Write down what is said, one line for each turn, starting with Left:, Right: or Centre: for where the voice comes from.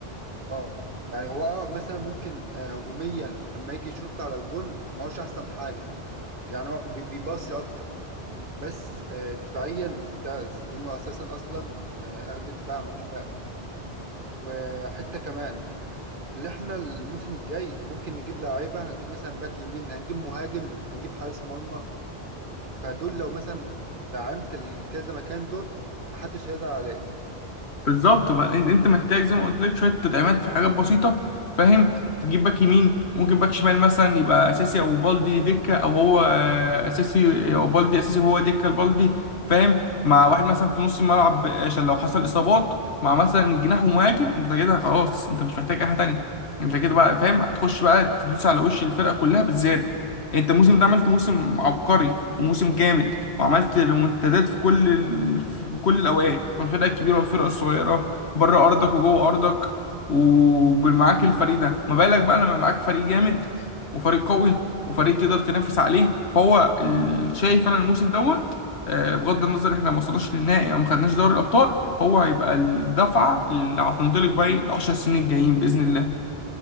Right: اه يعني هو اه مثلا ممكن آه هجوميا اما يجي يشوط على الجون ما هوش احسن حاجه يعني هو بي- بيباصي اكتر بس آه دفاعيا ممتاز لانه اساسا اصلا آه قلب دفاع ما هوش باك وحته كمان اللي احنا الموسم الجاي ممكن نجيب لاعيبه هنجيب مثلا باك يمين هنجيب مهاجم هنجيب حارس مرمى فدول لو مثلا دعمت الكذا مكان ده محدش هيقدر عليك
Left: بالظبط بقى إن- انت محتاج زي ما قلت لك شويه تدعيمات في حاجات بسيطه فاهم تجيب باك يمين ممكن باك شمال مثلا يبقى اساسي او بالدي دكه او هو آه، اساسي او بالدي اساسي وهو دكه البالدي فاهم مع واحد مثلا في نص الملعب عشان لو حصل اصابات مع مثلا جناح ومهاجم انت كده خلاص انت مش محتاج اي حاجه تانيه انت كده بقى فاهم هتخش بقى تدوس على وش الفرقه كلها بالزياده انت الموسم ده عملت موسم عبقري وموسم جامد وعملت ريمونتادات في كل ال... في كل الاوقات والفرقه الكبيره والفرقه الصغيره بره ارضك وجوه ارضك ومعاك الفريق ده ما بالك بقى لما معاك فريق جامد وفريق قوي وفريق تقدر تنافس عليه فهو ال- شايف انا الموسم دوت آه، بغض النظر احنا ما وصلناش للنهائي او ما خدناش دوري الابطال هو هيبقى الدفعه اللي هتنطلق بقى ال 10 سنين الجايين باذن الله